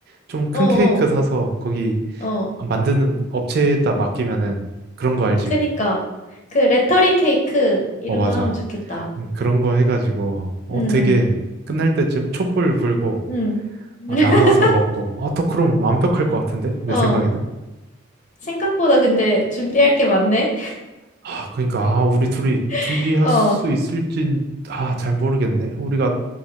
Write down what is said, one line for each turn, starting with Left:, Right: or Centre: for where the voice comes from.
Right: 좀 큰
Left: 어, 어,
Right: 케이크 사서 거기
Left: 어.
Right: 아, 만드는 업체에다 맡기면은 그런 거 알지?
Left: 그니까. 그 레터링 케이크, 이런
Right: 어, 맞아.
Left: 거 하면 좋겠다.
Right: 음, 그런 거 해가지고, 어,
Left: 음,
Right: 되게 끝날 때쯤 촛불 불고,
Left: 음. <laughs>
Right: 아, 나눠서 먹고, 아, 더 그럼 완벽할 것 같은데? 내
Left: 음. 어.
Right: 생각에는?
Left: 생각보다 근데 준비할 게 많네?
Right: 아, 그러니까, 아, 우리 둘이 준비할
Left: <laughs> 어,
Right: 수 있을진, 아, 잘 모르겠네. 우리가